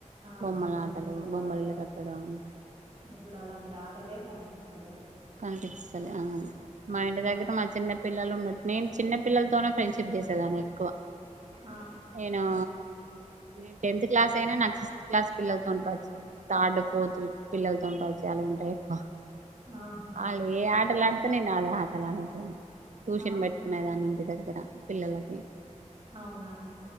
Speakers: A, on the right (about 45°); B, on the right (about 70°).
A: ఆ
B: బొమ్మల
A: బొమ్మలతో
B: ఆటలు బొమ్మలు
A: ఆట
B: ఇల్లు కట్టడం
A: ఇప్పుడు అలాంటి ఆటలే అనిపిస్తాల
B: అ అ మా ఇంటి దగ్గర అజ పిల్లల్ ఉన్నట్నే చిన్న పిల్లల్తోనే ఫ్రెండ్షిప్ జేసేదాన్ని ఎక్కువ
A: ఆ
B: నేనూ నేన్ టెన్త్ క్లాస్ అయినా నాక్ సిస్త్ క్లాస్ పిల్లల్తోన్ పరిచయం థర్డ్ ఫోర్త్ పిల్లల్తోన్ పరిచయాలే ఉంటాయి ఎక్కువ
A: ఆహా
B: ఆళే ఆటలన్ ఇకడ్ నేన్ ఆడే ఆటలా <unintelligible> టూషన్
A: ఆ
B: పెట్కునే దాన్ని ఇంటి దగ్ ధర పిల్లలకి
A: అవునా